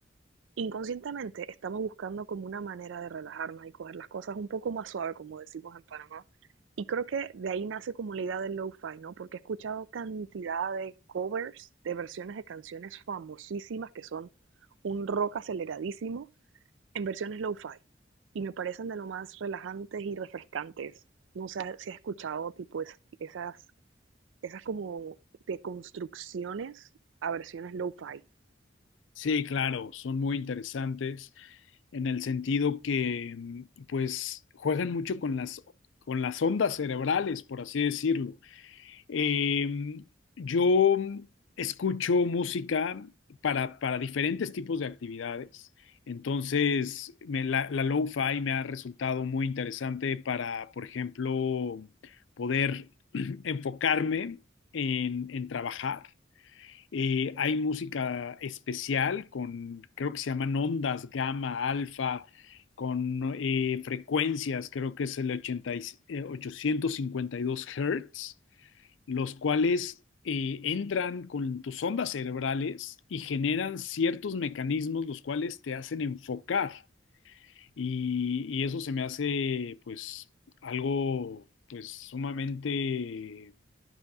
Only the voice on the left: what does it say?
Sí, claro, son muy interesantes en el sentido que, mm, pues, juegan mucho con las, con las ondas cerebrales, por así decirlo. Eh, yo escucho música para, para diferentes tipos de actividades. Entonces, me- la, la lo-fi me ha resultado muy interesante para, por ejemplo, poder <clears throat> enfocarme en, en trabajar. Eh, hay música especial con, creo que se llaman ondas, gamma, alfa, con eh, frecuencias, creo que es el ochenta y- eh, ochocientos cincuenta y dos Hz los cuales eh, entran con tus ondas cerebrales y generan ciertos mecanismos los cuales te hacen enfocar. Y, y eso se me hace pues algo pues sumamente